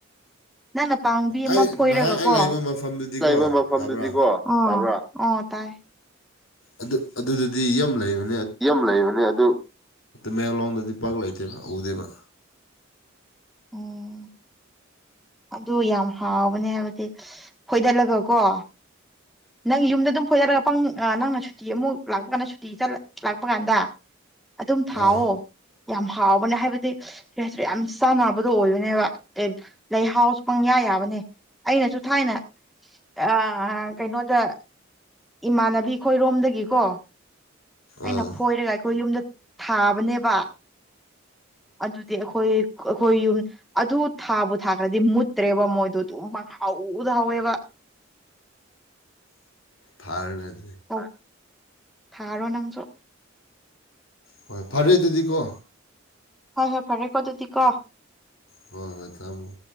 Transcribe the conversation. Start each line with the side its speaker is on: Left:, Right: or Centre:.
Centre: ꯅꯪꯅ ꯄꯥꯝꯕꯤ ꯑꯃ
Left: ꯑꯩ
Centre: ꯐꯣꯏꯔꯒ
Left: ꯅꯍꯥꯟ ꯑꯩ
Centre: ꯀꯣ
Left: ꯂꯩꯕ ꯃꯐꯝꯗꯨꯗꯤꯀꯣ
Centre: ꯂꯩꯕ ꯃꯐꯝꯗꯨꯗꯤꯀꯣ
Left: ꯇꯥꯕ꯭ꯔꯥ
Centre: ꯑ ꯇꯥꯕ꯭ꯔꯥ ꯑꯣ ꯇꯥꯏ
Left: ꯑꯗꯨ ꯑꯗꯨꯗꯗꯤ ꯌꯥꯝ ꯂꯩꯕꯅꯤ
Centre: ꯌꯥꯝ ꯂꯩꯕꯅꯦ ꯑꯗꯨ
Left: ꯃꯌꯥꯡꯂꯣꯡꯗꯗꯤ ꯄꯥꯛ ꯂꯩꯇꯦꯕ ꯎꯗꯦꯕ
Centre: ꯎꯝ ꯑꯗꯨ ꯌꯥꯝ ꯍꯥꯎꯕꯅꯦ ꯍꯥꯏꯕꯗꯤ ꯐꯣꯏꯗꯠꯂꯒꯀꯣ ꯅꯪ ꯌꯨꯝꯗ ꯑꯗꯨꯝ ꯐꯣꯏꯗꯠꯂꯒ ꯄꯪ ꯑ ꯅꯪꯅ ꯁꯨꯇꯤ ꯑꯃꯨꯛ ꯂꯥꯛꯄ ꯀꯥꯟꯗ ꯁꯨꯇꯤ ꯆꯠꯂ ꯂꯥꯛꯄ ꯀꯥꯟꯗ ꯑꯗꯨꯝ ꯊꯥꯎꯑꯣ
Left: ꯑꯥ
Centre: ꯌꯥꯝ ꯍꯥꯎꯕꯅꯦ ꯍꯥꯏꯕꯗꯤ ꯀꯩꯍꯥꯏꯁꯤꯔ ꯌꯥꯝ ꯆꯥꯟꯅꯕꯗꯣ ꯑꯣꯏꯕꯅꯦꯕ ꯀꯩ ꯂꯩꯍꯥꯎ ꯄꯪꯌꯥ ꯌꯥꯏ ꯌꯥꯕꯅꯦ ꯑꯩꯅꯁꯨ ꯊꯥꯏꯅ ꯑꯥ ꯀꯩꯅꯣꯗ ꯏꯃꯥꯟꯅꯕꯤ ꯈꯣꯏꯔꯣꯝꯗꯒꯤꯀꯣ ꯑꯩꯅ
Left: ꯑꯥ
Centre: ꯐꯣꯏꯔꯒ ꯑꯩꯈꯣꯏ ꯌꯨꯝꯗ ꯊꯥꯕꯅꯦꯕ ꯑꯗꯨꯗꯤ ꯑꯩꯈꯣꯏ ꯑꯩꯈꯣꯏ ꯌꯨꯝ ꯑꯗꯨ ꯊꯥꯕꯨ ꯊꯥꯈ꯭ꯔꯗꯤ ꯃꯨꯠꯇ꯭ꯔꯦꯕ ꯃꯣꯏꯗꯣ ꯑꯗꯨꯝ ꯄꯪꯍꯧꯗ ꯍꯥꯎꯋꯦꯕ <inaudible>
Left: ꯊꯥꯔꯅꯦ
Centre: ꯑꯧ ꯊꯥꯔꯣ ꯅꯪꯁꯨ
Left: ꯍꯣꯏ ꯐꯔꯦ ꯑꯗꯨꯗꯤꯀꯣ
Centre: ꯍꯣꯏ ꯍꯣꯏ ꯐꯔꯦꯀꯣ ꯑꯗꯨꯗꯤ ꯀꯣ
Left: ꯍꯣꯏ ꯍꯣꯏ ꯊꯝ ꯎꯝ